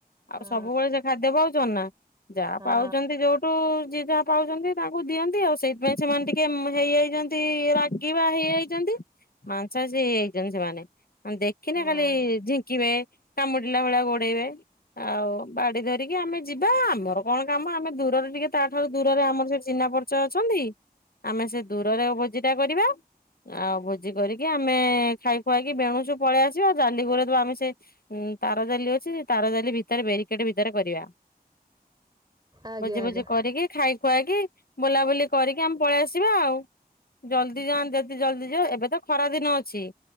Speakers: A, on the right; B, on the left.
A: ହଁ
B: ଆଉ ସବୁବେଳେ ସେ ଖାଦ୍ୟ ପାଉଚନ୍ତି ନାଁ ଯାହା
A: ହଁ
B: ପାଉଛନ୍ତି ଯୋଉ ଟୁ ଯିଏ ଯାହା ପାଉଚନ୍ତି ତାଙ୍କୁ ଦିଅନ୍ତି ଆଉ ସେଇଥିପାଇଁ ସେମାନେ ଟିକେ ହେଇଯାଇଚନ୍ତି ରାଗିବା ହେଇଯାଇ ଚନ୍ତି ମାଂସାଶୀ ହେଇଆଚନ୍ତି ସେମାନେ ଅଁ ଦେଖିନେ
A: ହଁ
B: ଖାଲି ଝି କିବେ କାମୁଡ଼ିଲା ଭଳିଆ ଗୋଡ଼େଇବେ ଆଉ ବାଡ଼ି ଧରିକି ଆମେ ଯିବା ଆମର କଣ କାମ ଆମେ ଦୂରରେ ଟିକେ ତାଠାରୁ ଦୂରରେ ଆମର ସେଠି ଚିହ୍ନା ପରିଚ ଅଛନ୍ତି। ଆମେ ସେ ଦୂରରେ ଭୋଜିଟା କରିବା ଆଉ ଭୋଜି କରିକି ଆମେ ଖାଇ ଖୁଆକି ବେଣୁଶୁ ପଳେଇ ଆସିବା ଆଉ ଜାଲି ଘୋରେଇ ଦବା ଆମେ ସେ ଉଁ ତାର ଜାଲି ଅଛି ସେ ତାର ଜାଲି ଭିତରେ ବେରିକେଟ୍ ଭିତରେ କରିବା।
A: ଆଜ୍ଞା
B: ଭୋଜି
A: ଆଜ୍ଞା
B: ଭୋଜି କରିକି ଖାଇ ଖୁଆକି ବୋଲାବୁଲି କରିକି ଆମେ ପଳିଆସିବା ଆଉ। ଜଲ୍ଦି ଯାଆନ୍ ଯେଦି ଜଲ୍ଦି ଯିବ ଏବେ ତ ଖରା ଦିନ ଅଛି।